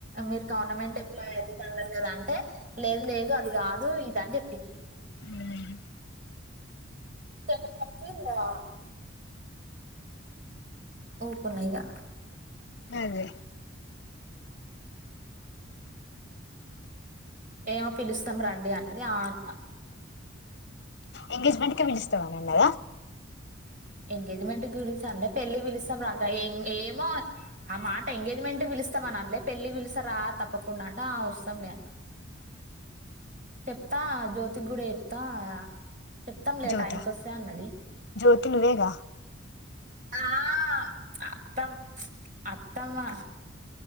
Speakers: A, on the right; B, on the left.
A: మీరు గవర్నమెంట్ ఎంప్లాయ్ అది అన్నరు కదా అంటే లేదు లేదు అది కాదు ప్తా అని చెప్పింది
B: మ్మ్
A: చెప్పేసరికి అ ఊకున్నా యిగా
B: అదే
A: ఏమో పిలుస్తాం రండి అన్నది ఆ అన్న
B: ఎంగేజ్మెంట్ కి పిలుస్తావ్ అని అన్నదా
A: ఎంగేజ్మెంట్ గురించి అనలే పెళ్లికి విలుస్ <unintelligible> ఇంగ ఏమో ఆ మాట ఎంగేజ్మెంట్ పిలుస్తాం అని అండ్లే పెళ్ళి పిలుస్సా రా తప్పకుండా అంటే ఆ వస్తాంలే అన్న చెప్తా జ్యోతికి గూడ చెప్ తా చెప్తాం లే
B: జ్యోత
A: టైంకి వస్తే అన్నది
B: జ్యోతి నువ్వేగా
A: ఆ అత్తం అత్తమ్మా